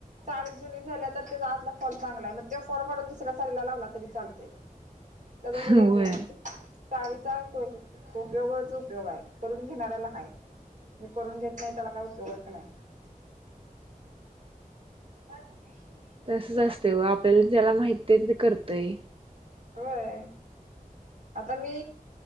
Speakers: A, on the right (about 55°); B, on the right (about 40°).
A: साडी जुनी झाल्या तर त्या आतला फॉल चांगलाय मग तो फॉल काडून दुसऱ्या साडीला लावला तरी चालतय. त्याचा सुद्धा
B: होय
A: उपयोग असतय साचाडीचा उपयोगच उपयोग आहे करून घेणाऱ्याला हय. मी करून घेत नाही त्याला काय उपयोगच नाही. <unintelligible>
B: तसच असते व आपल्याला ज्याला माहित ते करतय.
A: होय. आता मी